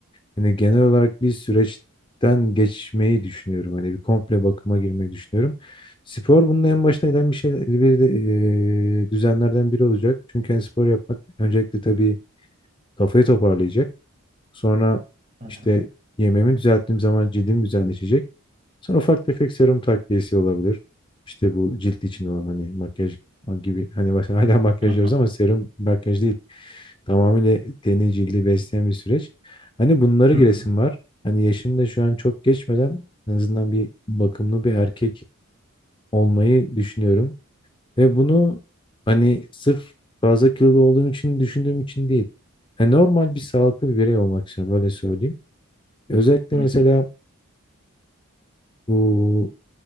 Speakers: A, on the left (about 20°); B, on the right (about 35°).
A: Hani genel olarak bir süreçten geçmeyi düşünüyorum. Hani bir komple bakıma girmeyi düşünüyorum. Spor bunun en başına gelen bir şey, bir de, eee, düzenlerden biri olacak. Çünkü hani spor yapmak öncelikle tabii kafayı toparlayacak. Sonra
B: Hı hı.
A: işte yemeğimi düzelttiğim zaman cildim güzelleşecek. Sonra ufak tefek serum takviyesi olabilir. İşte bu cilt için olan hani makyaj gibi hani mesela <laughs> hala makyaj
B: Hı
A: diyoruz ama serum makyaj değil. Tamamıyla teni cildi besleyen bir süreç. Hani bunları
B: Hı
A: giresim
B: hı.
A: var. Hani yaşım da şu an çok geçmeden en azından bir bakımlı bir erkek olmayı düşünüyorum. Ve bunu hani sırf fazla kilolu olduğum için düşündüğüm için değil. Yani normal bir sağlıklı bir birey olmak istiyorum böyle söyleyeyim. Özellikle
B: Hı hı.
A: mesela bu